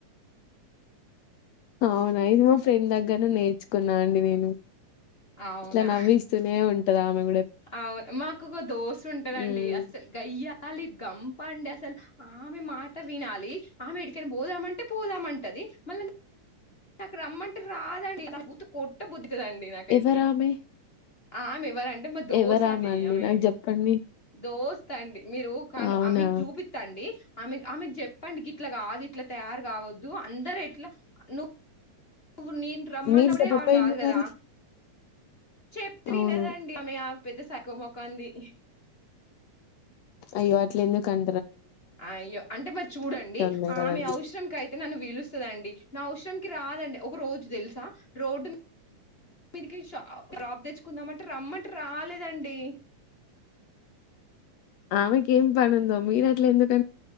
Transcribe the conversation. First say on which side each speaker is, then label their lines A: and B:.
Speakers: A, on the left (about 75°); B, on the left (about 30°).
A: అవునా ఇది మా ఫ్రెండ్ దగ్గర నేర్చుకున్న న్నా అండి నేను
B: అవునా
A: ఇట్లా నవ్విస్తూనే ఉంటా. <unintelligible>
B: అవును మాకు ఒక దోశ ఉంటదండి.
A: మ్మ్
B: అస్సలు గయ్య గయ్యాళి గంప అండి అసలు. ఆమె మాట వినాలి, ఆమె ఎడికైనా పోదామంటే పోదామంటది. మళ్ళా నాకు రమ్మంటే రాదండి నా కొట్ట బుద్ధ ఇతుదండి నాకైతే
A: ఎవరామె
B: ఆమె ఎవర అంటే మా దోస
A: ఎవరామె
B: అండి ఆమె
A: నాకు చెప్పండి
B: దోస్త్ అండి మీరు కాను
A: అవునా
B: ఆమీకు చూపిస్తండి ఆమెకు ఆమెకు చెప్పండి ఇట్లా కాదు. ఇట్లా తయారు కావద్దు. అందరు ఇట్లా ను ను నంట రమ్మ
A: మీరు
B: అప్పుడే
A: చెప్పపోయిండ్రు
B: ఆంగ అదిగదా
A: మరి
B: చెప్త్రినదండి
A: అవును
B: అమెఆ పెద్ద సకువ మొక్క ఉంది.
A: అయ్యవాట్లింద కం
B: అయ్యో అంటే మరి చూడండి.
A: ఉన్నాయి కదండి
B: ఆమె అవసరం క అయితే నన్ను పిలుస్తందండి నా అవసరంకి రాదండి. ఒక రోజు తెలుసా రోడ్డు మీకి డ్రప్ తెచ్చుకుందామంటే రమ్మంటే రాలేదండి.
A: ఆమెక ఏం పనుందోం మీయనాట్ల ఎందు